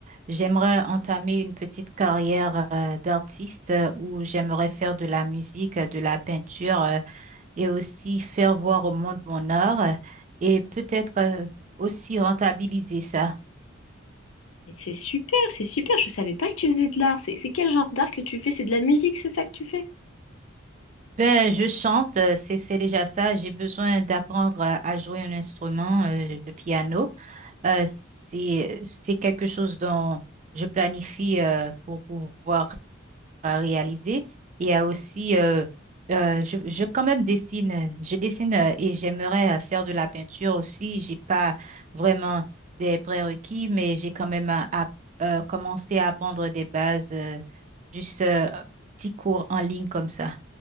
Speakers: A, on the right (about 35°); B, on the left (about 70°).
A: j'aimerais entamer une petite carrière euh, d'artiste euh, où j'aimerais faire de la musique, euh, de la peinture euh, et aussi faire voir au monde mon art euh, et peut-être euh, aussi rentabiliser ça.
B: Mais C'est super, c'est super, je savais pas que tu faisais de l'art. C'est c'est quel genre d'art que tu fais? C'est de la musique, c'est ça que tu fais?
A: Ben, je chante, euh, c'est c'est déjà ça. J'ai besoin d'apprendre à à jouer un instrument, euh, le piano. Euh, c'est, c'est quelque chose dont je planifie euh, pour pouvoir euh, réaliser. Il y a aussi, euh, euh, je, je quand même dessine, je dessine euh, et j'aimerais euh, faire de la peinture aussi. J'ai pas vraiment des prérequis, mais j'ai quand même euh, app- euh, commencé à apprendre des bases, euh, juste euh, petits cours en ligne comme ça.